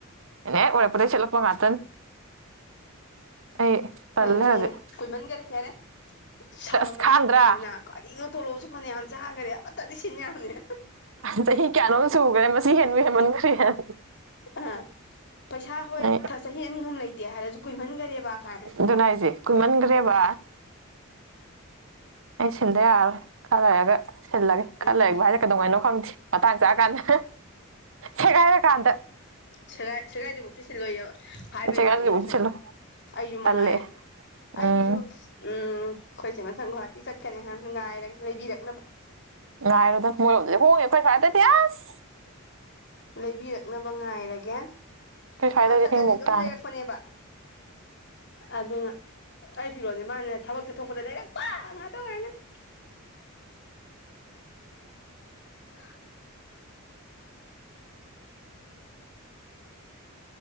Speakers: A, on the right; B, on the left.
A: ꯑꯩꯅ ꯍꯦꯛ ꯑꯣꯢꯔꯛꯄꯗꯒꯤꯩ ꯁꯦꯠꯂꯛꯄ ꯉꯥꯛꯇꯅꯤ꯫ ꯑꯩ ꯇꯜꯂꯦ
B: ꯂꯩꯌꯨ ꯂꯩꯌꯨ
A: ꯍꯧꯖꯤꯛ
B: ꯀꯨꯏ ꯃꯟꯒꯦꯔꯦ ꯌꯥꯔꯦ ꯁꯥꯎꯔꯝꯃꯅꯤ
A: ꯑꯁ ꯈꯥꯡꯗ꯭ꯔꯥ
B: ꯀꯨ꯭ꯔꯇꯤꯗꯨꯅ ꯀꯔꯤꯅꯣ ꯇꯣꯂꯣꯑꯁꯨ ꯐꯥꯅ ꯌꯥꯝ ꯆꯥꯈꯔꯦ ꯑꯃꯠꯇꯗꯤ ꯁꯤꯟ ꯌꯥꯝꯕꯅꯦ꯫
A: ꯆꯍꯤ ꯀꯌꯥꯅꯣꯝ ꯁꯨꯈ꯭ꯔꯦ ꯃꯁꯤ ꯍꯦꯟꯁꯨ ꯍꯦꯟꯃꯟꯈ꯭ꯔꯦꯅ
B: ꯑ ꯄꯩꯁꯥ ꯍꯣꯏ
A: ꯑꯩ
B: ꯆꯍꯤ ꯑꯅꯤ ꯑꯍꯨꯝ ꯂꯩꯇꯦ ꯍꯥꯏꯔꯁꯨ ꯀꯨꯏꯃꯟꯈꯔꯦꯕ ꯀꯥꯏꯅ
A: ꯑꯗꯨꯅꯦ ꯍꯥꯏꯖꯦ ꯀꯨꯃꯟꯈ꯭ꯔꯦꯕ ꯑꯩ ꯁꯤꯟꯗ ꯌꯥꯔꯔꯣꯏ ꯈꯔ ꯂꯩꯔꯒ ꯁꯤꯜꯂꯒꯦ
B: ꯎꯝ
A: ꯈꯔ ꯂꯩꯕ ꯍꯥꯢꯖꯦ ꯀꯩꯗꯧꯉꯥꯏꯅꯣ ꯈꯪꯗꯦ ꯃꯇꯥꯡ ꯆꯥꯛꯑꯀꯥꯟꯗ ꯁꯦꯒꯥꯏꯔ ꯀꯥꯟꯗ
B: ꯁꯦꯒꯥꯏ ꯁꯦꯒꯥꯏꯗ꯭ꯔꯤ ꯄꯥꯎꯗꯤ ꯁꯤꯜꯂꯣ ꯍꯥꯏꯕꯩ
A: ꯁꯦꯒꯥꯏꯗ꯭ꯔꯤꯕꯨꯗꯤ
B: ꯋꯥꯅꯤꯉꯣ ꯁꯨꯝ
A: ꯁꯤꯜꯂꯣꯏ
B: ꯑꯩꯁꯨ
A: ꯇꯜꯂꯦ
B: ꯃꯉꯥꯏ ꯑꯩꯒꯤꯁꯨ
A: ꯎꯝ
B: ꯎꯝ ꯑꯩꯈꯣꯏ ꯆꯦ ꯃꯊꯪ ꯒꯨꯍꯥꯇꯤ ꯆꯠꯀꯅꯤꯍꯥꯟ ꯉꯥꯏꯔꯒ ꯂꯩꯕꯤꯔꯛꯅꯕ
A: ꯉꯥꯏꯔꯣꯗꯪ ꯃꯣꯏꯔꯣꯝꯗꯗꯤ ꯍꯣꯡꯉꯤꯅꯦ ꯑꯩꯈꯣꯏ ꯁꯋꯥ꯭ꯏꯗꯗꯤ ꯑꯁ
B: ꯂꯩꯕꯤꯔꯛꯅꯕ ꯉꯥꯢꯔꯒꯦ
A: ꯑꯩꯈꯣꯏ ꯁ꯭ꯋꯥꯏꯗꯗꯤ
B: ꯃꯥ ꯆꯠꯂꯗꯤ
A: ꯑꯍꯤꯡꯃꯨꯛ
B: ꯑꯗꯨꯝ
A: ꯇꯥꯡꯉꯦ
B: ꯂꯩꯔꯛꯄꯅꯦꯕ ꯑꯗꯨꯅ ꯑꯩ ꯐꯤꯔꯣꯜꯁꯦ ꯃꯥꯅ ꯊꯕꯛ ꯆꯠꯊꯣꯛꯄꯗ ꯂꯩꯔꯛꯄ ꯉꯥꯛꯇ ꯑꯣꯏꯔꯝꯒꯅꯤ <inaudible>